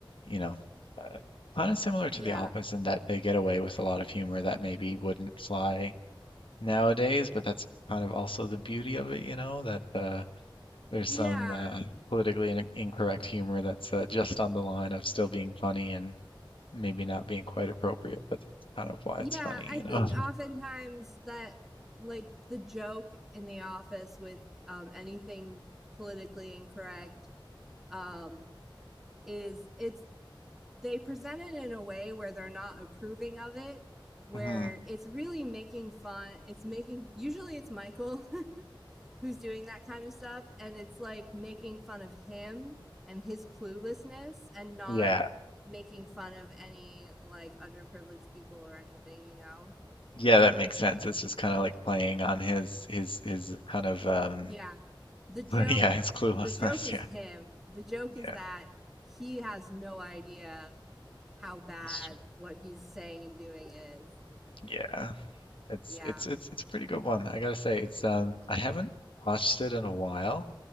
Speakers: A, on the left; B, in the centre.
A: you know, uh, kind of similar to
B: Yeah.
A: The Office in that they get away with a lot of humor that maybe wouldn't fly nowadays, but that's kind of also the beauty of it, you know, that uh, there's
B: Yeah.
A: some uh, politically in incorrect humor that's uh, just on the line of still being funny and maybe not being quite appropriate, but that's kind of why
B: Yeah.
A: it's funny,
B: I
A: you
B: think
A: know.
B: oftentimes that like the joke in the office with um, anything politically incorrect um, is it's they present it in a way where they're not approving of it, where
A: Mhm.
B: it's really making fun. It's making, usually it's Michael <laughs> who's doing that kind of stuff, and it's like making fun of him and his cluelessness and not
A: Yeah,
B: making fun of any like underprivileged people or anything, you know?
A: yeah, that makes sense. It's just kind of like playing on his his his kind of um
B: Yeah. The joke
A: <laughs> yeah, his cluelessness.
B: the joke is him.
A: <laughs>
B: The joke
A: Yeah,
B: is
A: yeah,
B: that he has no idea how bad
A: that's true.
B: what he's saying and doing is.
A: yeah. It's
B: Yeah.
A: it's it's it's a pretty good one. I gotta say, it's um I haven't watched it in a while.